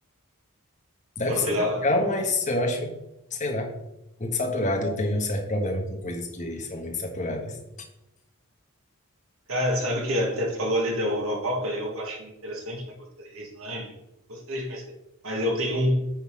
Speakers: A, on the left; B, on the right.
A: Deve
B: Portugal.
A: ser legal, mas eu acho, sei lá, muito saturado. Eu tenho um certo problema com coisas que são muito saturadas.
B: Cara, sabe que até tu falou ali da Europa, eu acho muito interessante, né? Gostaria, a Islândia, gostaria de conhecer. Mas eu tenho um